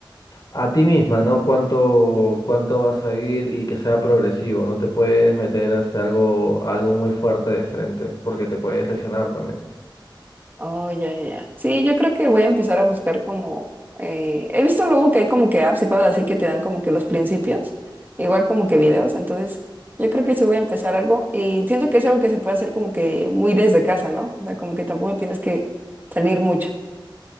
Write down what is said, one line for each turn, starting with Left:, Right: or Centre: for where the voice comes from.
Left: a ti misma, ¿no? Cuánto, cuánto vas a ir y que sea progresivo. No te puedes meter hasta algo, algo muy fuerte de frente porque te puedes lesionar también.
Right: Oh, ya, ya, ya. Sí, yo creo que voy a empezar a buscar como, eh, he visto luego que hay como que apps y cosas así que te dan como que los principios, igual como que videos, entonces yo creo que sí voy a empezar algo y siento que es algo que se puede hacer como que muy desde casa, ¿no? O sea, como que tampoco tienes que salir mucho.